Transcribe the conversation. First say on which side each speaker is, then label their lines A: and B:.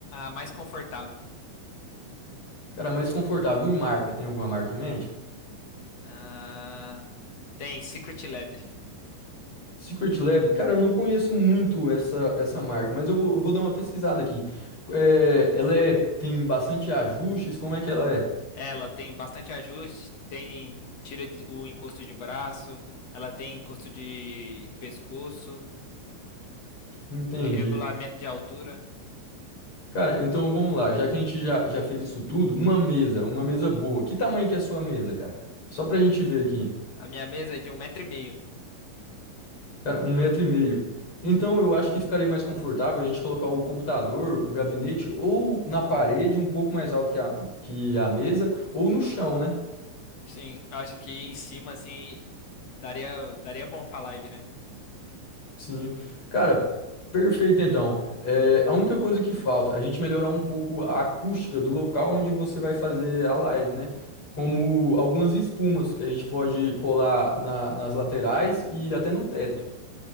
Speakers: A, on the left; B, on the left.
A: a mais confortável.
B: Cara, é mais confortável. E marca? Tem alguma marca em mente?
A: Ah, tem Secret Lab.
B: Secret Lab, cara, eu não conheço muito essa, essa marca, mas eu vou, eu vou dar uma pesquisada aqui. É, ela é, tem bastante ajustes, como é que ela é?
A: Ela tem bastante ajuste, tem tira de- o encosto de braço, ela tem encosto de pescoço.
B: Entendi.
A: Regulamento de altura.
B: Cara, então vamos lá. Já que a gente já, já fez isso tudo, uma mesa, uma mesa boa. Que tamanho que é a sua mesa, cara? Só pra gente ver aqui.
A: A minha mesa é de um metro e meio.
B: Cara, um metro e meio. Então eu acho que ficaria mais confortável a gente colocar o computador, o gabinete, ou na parede, um pouco mais alto que a, que a mesa, ou no chão, né?
A: Sim, eu acho que em cima, assim, daria, daria bom pra live, né?
B: Sim, cara, perfeito então. É, a única coisa que falta, a gente melhorar um pouco a acústica do local onde você vai fazer a live, né? Como algumas espumas que a gente pode colar na- nas laterais e até no teto.